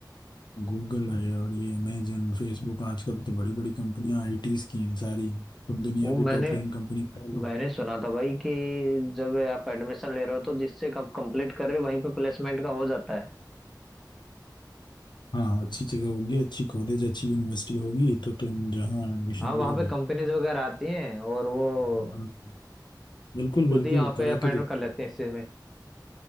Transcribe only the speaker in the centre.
वो
मैंने
मैंने सुना था भाई कि जब आप एडमिशन ले रहे हो तो जिससे आप कंप्लीट कर रहे हो वहीं पे प्लेसमेंट का हो जाता है
हाँ वहाँ
पे कंपनीज वगैरह आती हैं और वो
खुद
ही यहाँ पे
अपॉइंटमेंट
कर लेते हैं इस चीज में